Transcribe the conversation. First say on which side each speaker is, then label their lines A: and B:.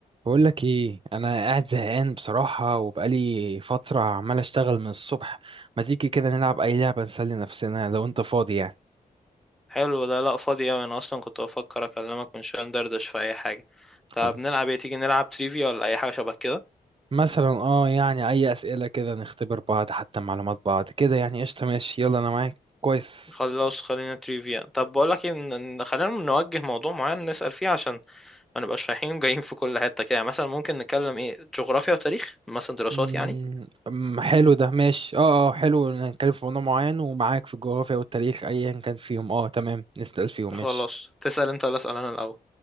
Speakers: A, on the right; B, in the centre.
A: بقول لك ايه انا قاعد زهقان بصراحة وبقالي فترة عمال اشتغل من الصبح ما تيجي كده نلعب اي لعبة نسلي نفسنا لو انت فاضي يعني
B: حلو ده لا فاضي اوي انا اصلا كنت بفكر اكلمك من شويه ندردش في اي حاجه
A: خلاص
B: طب نلعب ايه تيجي نلعب تريفيا ولا اي حاجه شبه كده
A: مثلا اه يعني اي اسئلة كده نختبر بعض حتى معلومات بعض كده يعني قشطة ماشي يلا انا معاك كويس
B: خلاص خلينا تريفيا طب بقول لك ان خلينا نوجه موضوع معين نسال فيه عشان ما نبقاش رايحين جايين في كل حته كده يعني مثلا ممكن نتكلم ايه جغرافيا وتاريخ مثلا دراسات
A: امم
B: يعني
A: أم، حلو ده ماشي اه اه حلو إن نتكلم في موضوع معين ومعاك في الجغرافيا والتاريخ ايا كان فيهم اه تمام نسأل فيهم
B: خلاص
A: ماشي
B: تسال انت ولا اسال انا الاول